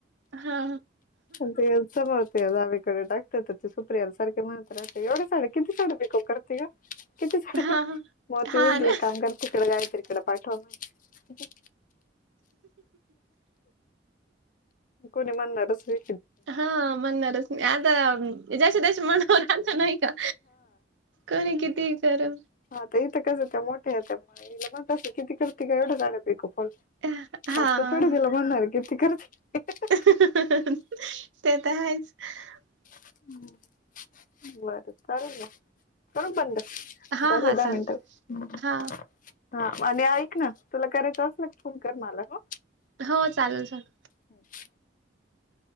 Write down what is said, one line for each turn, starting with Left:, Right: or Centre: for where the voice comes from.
Right: हा
Left: देत जा त्या जावे कड टाकते त ती सुप्रियाला सारखी म्हणत राहते एवढ्या साड्या किती साड्या पिको करती ग. किती साड्या
Right: हा
Left: म
Right: हा
Left: ती म्हणती
Right: ना
Left: एक काम करा गायत्रीकड पाठव माय. कोणी म्हणणारच नाय.
Right: हा म्हणणारच नाय आता ज्याच्या त्याच्या मनावर राहत नाय का? कोणी किती ही करो
Left: हा आता इथं कसं त्या मोठ्या हाय त्यामुळं मग हिला म्हणत असतील किती करती ग एवढ्या साड्या पिको फॉल.
Right: <unintelligible> हा.
Left: आता थोडी तिला म्हणणार आहे, किती करते
Right: ते तर हायच. <unintelligible>
Left: हम्म. बर करेल ना. करू का बंद?
Right: हा
Left: झाले
Right: हा
Left: दहा
Right: चालेल
Left: मिनिटं. हम्म.
Right: हा
Left: हा. आणि ऐक ना तुला करायचं असल का फोन कर मला हं.
Right: हं. चालेल चालेल.
Left: हो.